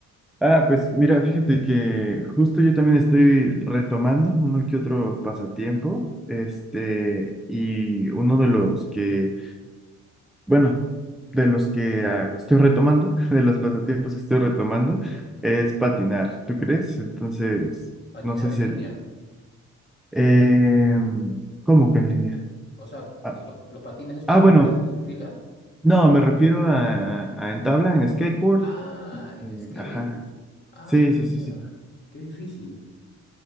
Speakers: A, in the centre; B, on the left.
A: Ah, pues mira, fíjate que justo yo también estoy retomando uno que otro pasatiempo, este, y uno de los que, bueno, de los que ah, estoy retomando, <laughs> de los pasatiempos que estoy retomando,
B: Ujú.
A: es patinar, ¿tú crees? Entonces,
B: Patinar
A: no sé
B: en
A: si...
B: línea.
A: Eh, ¿cómo que en línea?
B: O sea,
A: Ah,
B: que los, los patines estos
A: ah, bueno,
B: de ruedas en fila.
A: no, me refiero a, a en tabla, en skateboard.
B: Ah, en
A: eh,
B: skate.
A: ajá,
B: Ah,
A: sí, sí,
B: mira,
A: sí, sí.
B: qué difícil.